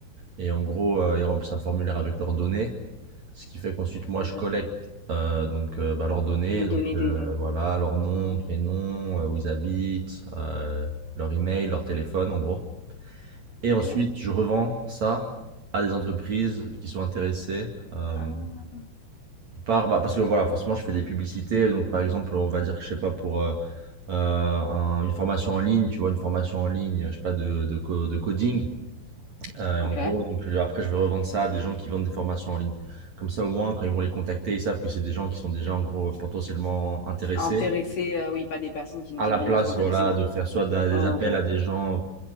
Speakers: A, on the right; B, on the left.
A: Et en gros, euh, ils remplissent un formulaire avec leurs données, ce qui fait qu'ensuite moi
B: De-
A: je collecte euh, donc euh, bah, leurs données,
B: Les données
A: donc euh,
B: des.
A: voilà, leur nom,
B: Ouais.
A: prénom, euh, où ils habitent, euh, leur email, leur téléphone en gros.
B: Ok.
A: Et ensuite, je revends ça à des entreprises qui sont intéressées. Euh,
B: Ah.
A: par, bah, parce que voilà, forcément, je fais des publicités. Donc, par exemple, on va dire que je sais pas pour euh, euh, un- une formation en ligne, tu vois, une formation en ligne, je sais pas, de, de, co- de coding. Euh,
B: Ok.
A: et en gros, donc, euh, après, je vais revendre ça à des gens qui vendent des formations en ligne. Comme ça, au moins, quand ils vont les contacter, ils savent que c'est des gens qui sont déjà, en gros, potentiellement intéressés.
B: Intéressés, euh, oui, pas des personnes qui ne
A: À
B: sont
A: la
B: pas
A: place,
B: du tout intéressées
A: voilà,
B: dans
A: de
B: le.
A: faire soit da- des
B: Oh,
A: appels
B: ok.
A: à des gens,